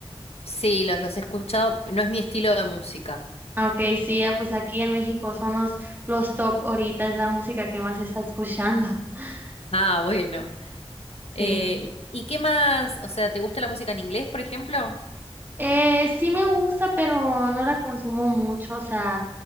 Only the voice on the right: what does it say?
Ah, ok, sí, ya, pues aquí en México son los, los top ahorita, es la música que más se está escuchando. <laughs>
Sí.
Eh, sí me gusta, pero no la consumo mucho, o sea,